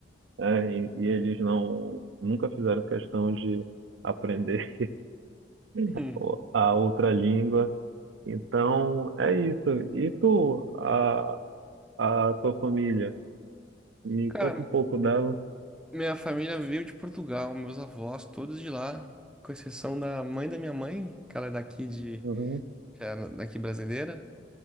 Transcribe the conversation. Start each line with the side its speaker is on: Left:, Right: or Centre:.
Right: é, e, e eles não nunca fizeram questão de aprender <laughs>
Centre: hum.
Right: o- a outra língua. Então, é isso. E tu, a, a tua família, me
Centre: Cara,
Right: conta um pouco dela.
Centre: minha família veio de Portugal, meus avós, todos de lá, com exceção da mãe da minha mãe, que ela é daqui de,
Right: Uhum,
Centre: já era daqui brasileira.